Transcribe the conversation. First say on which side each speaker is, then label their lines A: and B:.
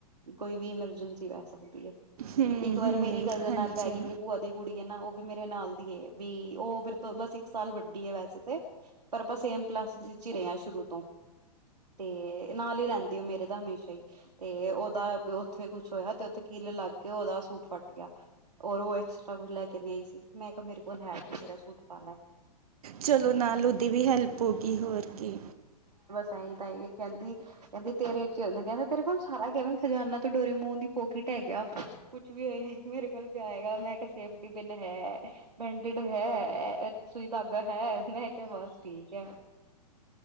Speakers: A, on the right; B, on the right.
A: ਕੋਈ ਵੀ ਐਮਰਜੈਂਸੀ ਪੇ ਸਕਦੀ ਹੈ।
B: ਹੂੰ
A: ਇੱਕ ਵਾਰ
B: ਹੂੰ
A: ਮੇਰੀ ਕਜ਼ਨ
B: ਹਾਂਜੀ
A: ਨਾਲ ਪੈ ਗਈ ਮੇਰੀ ਭੂਆ ਦੀ ਕੁੜੀ ਹੈ ਨਾ ਉਹ ਵੀ ਮੇਰੇ ਨਾਲ ਦੀ ਵੀ ਉਹ ਫੇਿਰ ਤੋਂ ਬਸ ਇੱਕ ਸਾਲ ਵੱਡੀ ਹੈ ਵੈਸੇ ਪਰ ਆਪਾਂ ਸੇਮ ਕਲਾਸ ਵਿਚ ਹੀ ਰਹੇ ਹਾਂ ਸ਼ੁਰੂ ਤੋਂ, ਤੇ ਨਾਲ ਹੀ ਰਹਿੰਦੀ ਮੇਰੇ ਦਾ ਹਮੇਸ਼ਾ ਹੀ ਤੇ ਉਹਦਾ ਉਥੇ ਕੁਛ ਹੋਇਆ ਤੇ ਉਥੇ ਕਿਲ ਲੱਗ ਕੇ ਓਦਾ ਸੂਟ ਫਟ ਗਿਆ ਔਰ ਉਹ ਐਕਸਟਰਾ ਕੁਛ ਲੈ ਕੇ ਨੀ ਆਈ ਸੀ ਮੈਂ ਕਿਹਾ ਮੇਰੇ ਕੋਲ ਹੈ ਮੇਰਾ ਸੂਟ ਪਾ ਲੈ।
B: ਚਲੋ ਨਾਲ ਉਹਦੀ ਵੀ ਹੈਲਪ ਹੋ ਗਈ ਹੋਰ ਕੇ
A: ਤ ਕਹਿੰਦੀ ਕਹਿੰਦੀ ਤੇਰੇ ਚ ਕਹਿੰਦੇ ਤੇਰੇ ਕੋਲ ਸਾਰਾ ਕ ਖਜਾਨਾ ਤੋਂ ਡੋਰੀ ਮੂਨ ਦੀ ਪੋਕਿਟ ਹੈਗਾ। ਕੁਛ ਵੀ ਹੋਏ ਮੇਰੇ ਕੋਲ ਹੈਗਾ ਮੈਂ ਕਿਹਾ ਸੇਫਟੀ ਪੀਨ ਹੈ ਬੈਂਡਡ ਹੈ ਸੂਈ ਧਾਗਾ ਹੈ। ਮੈਂ ਕਿਹਾ ਬਸ ਠੀਕ ਹੈ।